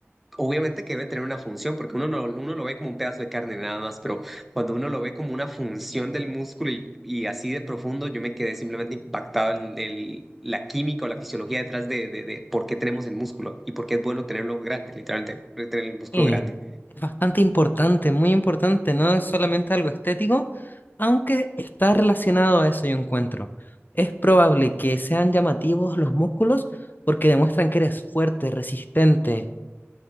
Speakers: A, in the centre; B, on the left.
A: obviamente que debe tener una función, porque uno, no, uno lo ve como un pedazo de carne nada más, pero cuando uno lo ve como una función del músculo y, y así de profundo, yo me quedé simplemente impactado en el, la química o la fisiología detrás de, de, de por qué tenemos el músculo y por qué es bueno tenerlo grande, literalmente, tener el músculo
B: Sí,
A: grande.
B: es bastante importante, muy importante, no es solamente algo estético, aunque está relacionado a eso yo encuentro. Es probable que sean llamativos los músculos porque demuestran que eres fuerte, resistente,